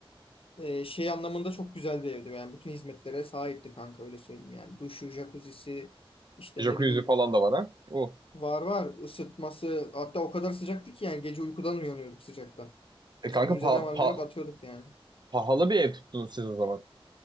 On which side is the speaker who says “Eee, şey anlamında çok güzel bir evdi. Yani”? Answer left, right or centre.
Left